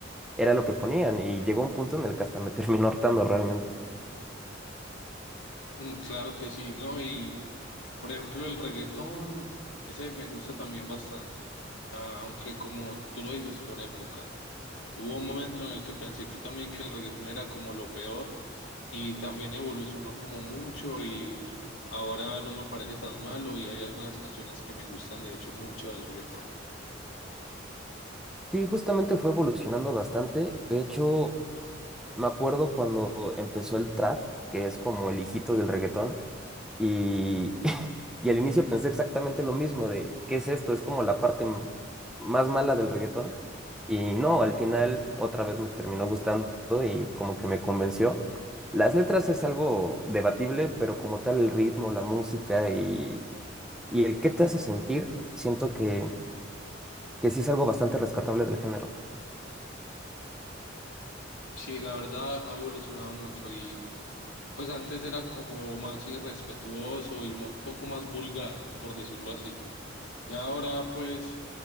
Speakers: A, in the centre; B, on the left.
A: era lo que ponían y llegó un punto en el que hasta me <laughs> terminó hartando realmente.
B: Mm, claro que sí, ¿no? Y por ejemplo, el reggaetón, ese me gusta también bastante, Ah, aunque como tú lo dices, por épocas. Hubo un momento en el que pensé que también que el reggaetón era como lo peor y también evolucionó como mucho y ahora no me parece tan malo y hay algunas canciones que me gustan de hecho mucho del reggaetón.
A: Sí, justamente fue evolucionando bastante. De hecho, me acuerdo cuando empezó el trap, que es como el hijito del reggaetón. Y, <laughs> y al inicio pensé exactamente lo mismo, de qué es esto, es como la parte m- más mala del reggaetón. Y no, al final otra vez me terminó gustando y como que me convenció. Las letras es algo debatible, pero como tal el ritmo, la música y, y el qué te hace sentir, siento que, que sí es algo bastante rescatable del género.
B: Sí, la verdad ha evolucionado mucho y pues antes era como más irrespetuoso y ma- un poco más vulgar, por decirlo así. Ya ahora pues